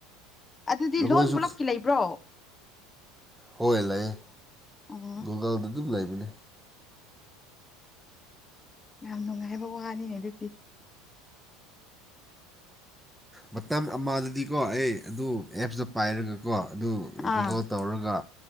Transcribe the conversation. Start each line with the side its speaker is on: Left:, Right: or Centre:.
Left: ꯑꯗꯨꯗꯤ
Centre: ꯅꯈꯣꯏꯁꯨ
Left: ꯂꯣꯟ ꯄꯨꯂꯞꯀꯤ ꯂꯩꯕ꯭ꯔꯣ
Centre: ꯍꯣꯏ ꯂꯩꯌꯦ
Left: ꯎꯝ
Centre: ꯒꯨꯒꯜꯗ ꯗꯨꯝ ꯂꯩꯕꯅꯦ
Left: ꯌꯥꯝ ꯅꯨꯡꯉꯥꯏꯕ ꯋꯥꯅꯤꯅꯦ ꯑꯗꯨꯗꯤ
Centre: ꯃꯇꯝ ꯑꯃꯗꯗꯤꯀꯣ ꯑꯩ ꯑꯗꯨ ꯑꯦꯞꯁꯇꯣ ꯄꯥꯏꯔꯒꯀꯣ ꯑꯗꯨ
Left: ꯑꯥ
Centre: ꯒꯨꯒꯜ ꯇꯧꯔꯒ